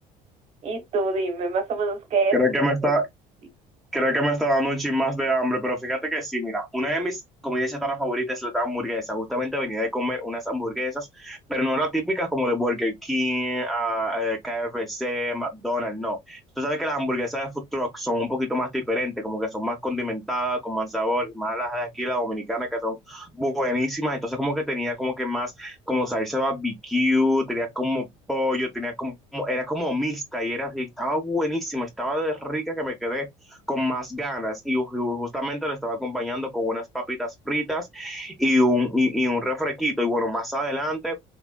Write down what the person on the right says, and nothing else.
Y tú dime más o menos qué
es lo
que
te